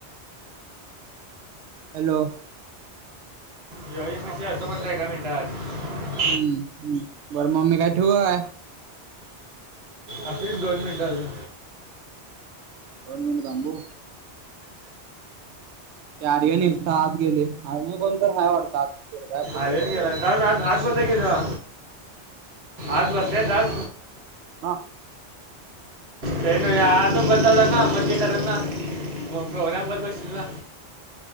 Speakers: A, on the right; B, on the right.
A: हॅलो.
B: जिव्हाजी पाशी येतो म्हणलाय, एका मिनिटात.
A: हू हू, बरं म मी ठेऊ का काय?
B: असूदे दोन मिनिट आजुन.
A: दोन मिनिटं थांबू. ते आर्यन एकट आत गेलय, आजुन कोण तर हाय वाटत आत. पोरगा पोरगी
B: आर्यन
A: बघायला
B: गेलाय, जावून आत आत बस जा की जा. आत बसल्यात आत.
A: हा.
B: ते नाय आत जाऊन बसायचं ना, मज्जा करायला मग प्रोग्राम करत बसशील ना.